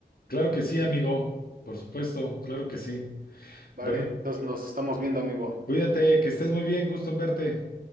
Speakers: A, on the left; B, on the right.
A: Claro que sí, amigo. Por supuesto, claro que sí.
B: Vale,
A: Bueno,
B: entonces nos estamos viendo, amigo.
A: cuídate, que estés muy bien, gusto en verte.